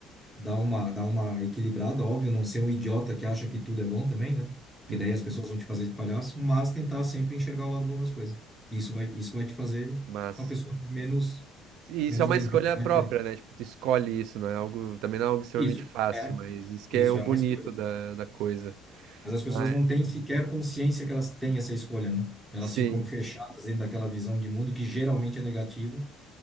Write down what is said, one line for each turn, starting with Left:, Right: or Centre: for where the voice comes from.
Centre: dar uma, dar uma equilibrada, óbvio, não ser um idiota que acha que tudo é bom também, né? Porque
Right: uhum.
Centre: daí as pessoas vão te fazer de palhaço, mas tentar sempre enxergar o lado bom das coisas. Isso vai, isso vai te fazer
Right: Mas.
Centre: uma pessoa menos,
Right: E
Centre: menos
Right: isso é uma
Centre: medíocre
Right: escolha
Centre: e
Right: própria,
Centre: mais feliz.
Right: né? Tipo, tu escolhe isso, não é algo. Também não é algo extremamente
Centre: Isso
Right: fácil,
Centre: é,
Right: mas isso que
Centre: isso
Right: é o
Centre: é
Right: bonito
Centre: uma escolha.
Right: da, da coisa.
Centre: Mas as pessoas
Right: Mas,
Centre: não têm sequer consciência que elas têm essa escolha, né? Elas
Right: sim.
Centre: ficam fechadas dentro daquela visão de mundo que geralmente é negativa,